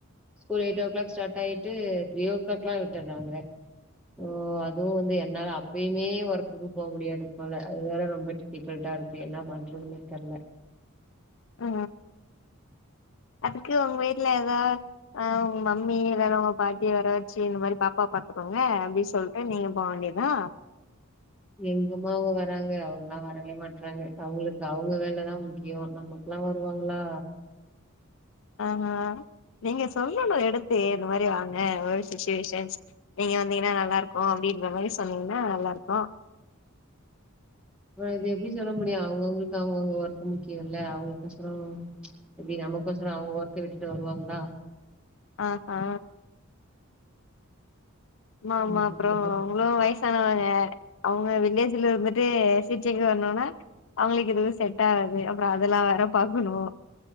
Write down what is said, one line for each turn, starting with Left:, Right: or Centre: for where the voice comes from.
Centre: school eight o'clock start ஆயிட்டு த்ரி ஓ கிளாக்லா விட்டுறாங்க ஓ அதுவும் வந்து என்னால அப்பயுமே ஒர்க்குக்கு போ முடியாது போல அது வேற ரொம்ப டிப்ரென்டா இருக்கு என்ன பண்றதுன்னே தெர்ல
Left: ஆ அதுக்கு அவுங்க வீட்ல எதா ஆ உங்க மம்மி இல்லன்னா உங்க பாட்டிய வர வச்சு இந்த மாரி பாப்பாவ பாத்துக்கோங்க அப்டி சொல் அப்ப நீங்க போவேண்டிதா
Centre: எங்கமா அவுங்க வராங்க அவங்கல்லா வரவே மாற்றாங்க அவுங்களுக்கு அவுங்க வேலதா முக்கியோ நம்ம எல்லா வருவாங்ளா
Left: ஆ நீங்க சொல்லணு எடுத்தே இந்த மாரி வாங்க <inaudible> நீங்க வந்தீங்கன்னா நல்லாருக்கு அப்டின்ற மாரி சொன்னீங்கன்னா நல்லாருக்கு
Centre: அப்றோ இது எப்டி சொல்ல முடியு அவுங்கவுங்களுக்கு அவுங்கவுங்க ஒர்க்கு முக்கியோல்ல அவுங்களுக்கு சொல்லனு இப்டி நமுக்கொசுரம் அவுங்க ஒர்க் விட்டுட்டு வருவாங்ளா
Left: அ ஆ மாமா
Centre: என்ன
Left: அப்புறோ
Centre: பண்றது
Left: உன்னவ வயசானவங்க யார் அவுங்க வில்லேஜ்ல இருந்துட்டு சிட்டிக்கு வர்ணுனா அவுங்களுக்கு எதுவும் செட் ஆவாது அப்புறம் அதெல்லா வேற பாக்கணு